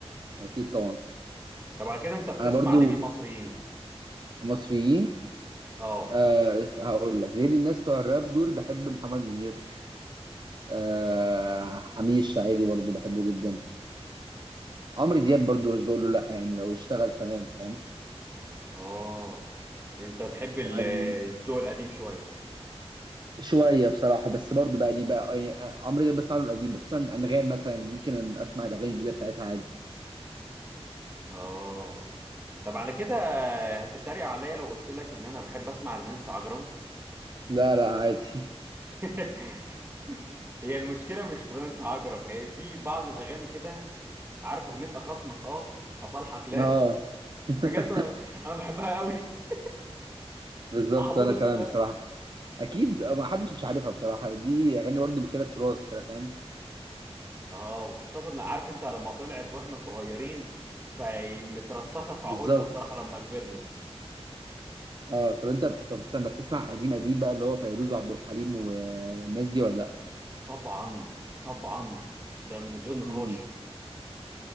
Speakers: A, on the right; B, on the right.
A: اكيد طبعا
B: طب على كده انت بتسمع
A: انا برضو
B: لمين مصريين
A: مصريين
B: اه
A: آه هقول لك غير الناس بتوع الراب دول بحب محمد منير آه حميد الشاعري برضو بحبه جدا عمرو دياب برضو مش بقول له لا يعني لو اشتغل تمام فاهم
B: اه انت تحب ال-
A: وعن
B: الذوق القديم شويه
A: شويه بصراحه بس برضو بقى يعني بقى يعني عمرو دياب بسمع له القديم بس مثلا انغام مثلا يمكن أن اسمع الاغاني الجديده بتاعتها عادي
B: اه طب على كده هتتريق عليا لو قلت لك ان انا بحب اسمع لنانسي عجرم
A: لا لا عادي
B: <laughs> هي المشكله مش في نانسي عجرم هي في بعض الاغاني كده عارف اغنيه اخصمك اه اصالحك لا
A: اه <laughs>
B: بجد انا انا بحبها قوي <laughs>
A: بالظبط
B: حافظها
A: وانا كمان
B: كلها
A: بصراحه اكيد ما حدش مش عارفها بصراحه دي اغاني برضو كده تراث كده فاهم
B: اه وخاصه إن عارف انت لما طلعت واحنا صغيرين فمترسخه في
A: بالظبط
B: عقولنا بصراحه لما كبرنا
A: اه طب انت طب استنى بتسمع قديم قديم بقى اللي هو فيروز وعبد الحليم والناس دي ولا لا
B: طبعا طبعا ده من غير نقاش
A: امم